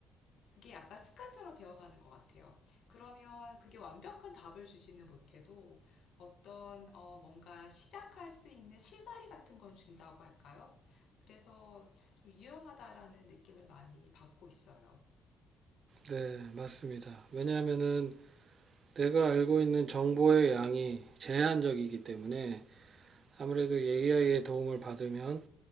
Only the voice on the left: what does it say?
그게 약간 습관처럼 되어가는 것 같아요. 그러면 그게 완벽한 답을 주지는 못해도 어떤 어, 뭔가 시작할 수 있는 실마리 같은 건 준다고 할까요? 그래서 좀 유용하다라는 느낌을 많이 받고 있어요.